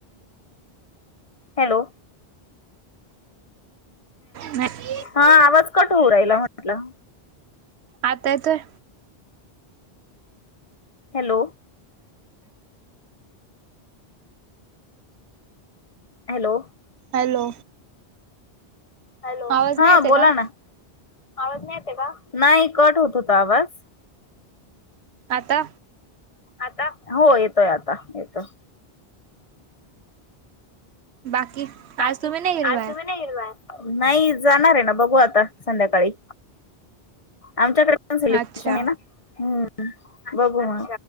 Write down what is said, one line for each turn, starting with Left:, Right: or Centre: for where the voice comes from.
Left: हॅलो
Right: नाही
Left: हा आवाज क हो राहिला म्हटलं
Right: आता येतोय
Left: हॅलो हॅलो
Right: हॅलो
Left: हॅलो
Right: आवाज
Left: हा
Right: नाही येते
Left: बोला
Right: का
Left: ना आवाज नाही य का नाही कट होत होता आवाज
Right: आता
Left: आता हो येतोय आता येतोय
Right: बाकी
Left: बाकी
Right: आज तुम्ही नाही गेल
Left: आज
Right: बाहेर
Left: तुम्ही नाही हिरवाय नाही जाणार आहे ना बघू आता संध्याकाळी आमच्याकडे सेलब्रेशन
Right: अच्छा
Left: आहे ना हम् बघू मण